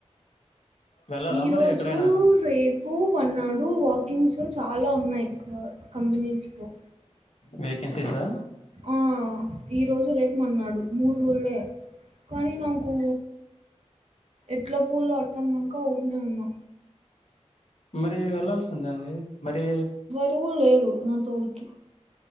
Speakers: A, on the left (about 70°); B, on the right (about 70°).
A: వెళ్ళాలా
B: ఈ
A: మరి
B: రోజు
A: ఎక్కడైనా
B: రేప్ పూ మర్నాడు వాకింగ్స్ చాలా ఉన్నయి క కంపెనీస్ లో
A: వేకెన్సీసా
B: ఆ ఈ రోజు, రేపు, మర్నాడు మూడు రోజులే కనీ నాకు ఎట్ల పోలో అర్థంగాక ఊర్కనే ఉన్నా
A: మరీ వెళ్లాల్సింది అండి మరి
B: తూల్లేరు నా తోడుకి